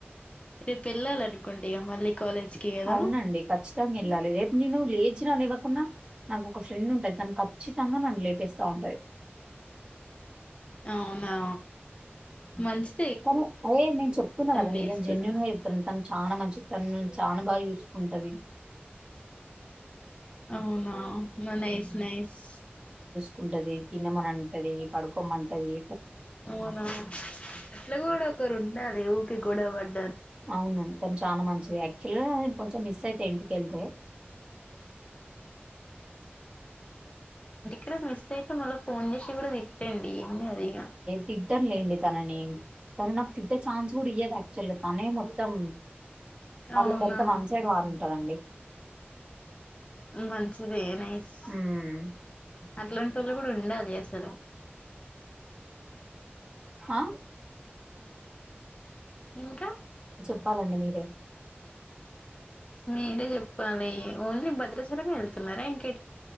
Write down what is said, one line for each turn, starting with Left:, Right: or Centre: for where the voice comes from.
Left: రేపెళ్ళాలనుకుండిగ మళ్ళీ. కాలేజ్కి కదా
Right: ఔనండి ఖచ్చితంగెళ్ళాలి రేప్ నేను లేచినా లేవకున్నా నాకు ఒక ఫ్రెండ్ ఉంటది తను కప్చితంగా నన్ను లేపేస్తా ఉంటది.
Left: ఔనా మంచి.
Right: కాని అయే నేన్ చెప్తున్న కదా
Left: లేస్తది
Right: నిజం జెన్యూన్ గా చెప్తున్నా తన్. చానా మంచిద్ తన్ నన్ చానా బాగ్ చూస్కుంటది.
Left: ఔనా. మ నైస్ నైస్
Right: కుంటది తినమనంటది పడుకోమ్మంటది.
Left: అవునా ఇట్లగూడొకరుండాలి వు. తె గొడవడ్
Right: ఔను తను చానా మంచిది యాక్చువల్గా నేన్ కొంచెం మిస్సైతా ఇంటికెళ్తే.
Left: ప్రెమిస్తే ట్ మళ్ళ ఫోన్ జేషి గూడా తిట్టండి ఏంగాదిగ.
Right: తిట్టన్ లేండి తనని తను నాకు తిట్టే ఛాన్స్ కూడియ్యదు యాక్చువల్ తనే మొత్తం <unintelligible>
Left: అవునా
Right: అంత వన్ సైడ్ వారుంటుందండి.
Left: ఉమ్ మంచిది నైస్.
Right: మ్మ్
Left: ఇట్లాంటోళ్ళు గూడుండాలి అసలు.
Right: హ
Left: ఇంక
Right: ప్పాలండి మీరే.
Left: మీరే జెప్పాలి ఓన్లీ భద్రాచలమే యెళ్తున్నారా ఇంకె.